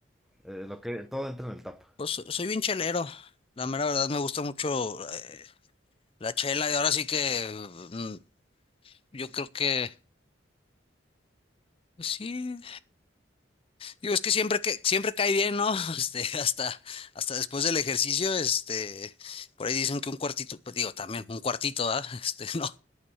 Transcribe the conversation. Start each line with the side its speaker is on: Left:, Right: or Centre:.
Centre: eh, lo que todo entra en el top.
Left: pues so- soy bien chelero. La mera verdad me gusta mucho eh, la chela y ahora sí que mm, yo creo que... Pues Sí, Digo, es que siempre que siempre cae bien, ¿no? <laughs> Este, hasta, hasta después del ejercicio, este, por ahí dicen que un cuartito, pues digo, también un cuartito, ¿ah? <laughs> Este, no,